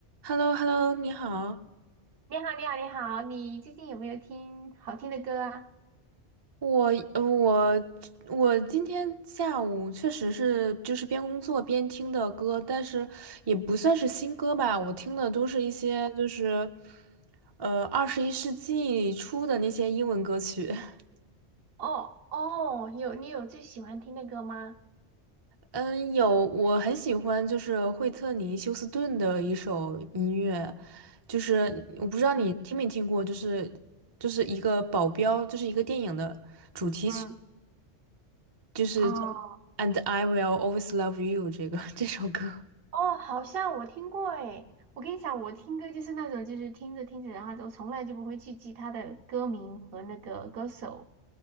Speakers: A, on the right (about 35°); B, on the right (about 60°).
A: h e l l o h e l l o 你好，
B: 你好，你好，你好，你最近有没有听好听的歌啊？
A: 我呃我我今天下午确实是就是边工作边听的歌，但是也不算是新歌吧，我听的都是一些就是呃二十一世纪初的那些英文歌曲。<laughs>
B: 哦哦，有，你有最喜欢听的歌吗？
A: 嗯，有我很喜欢就是惠特尼休斯顿的一首音乐，就是我不知道你听没听过，
B: 嗯
A: 就是就是一个保镖，就是一个电影的。主题曲。
B: 嗯
A: 就是这
B: 啊
A: "And I will always love you" 这个这首歌。
B: 哦，好像我听过诶。我跟你讲，我听歌就是那种，就是听着听着，然后就从来就不会去记他的歌名和那个歌手。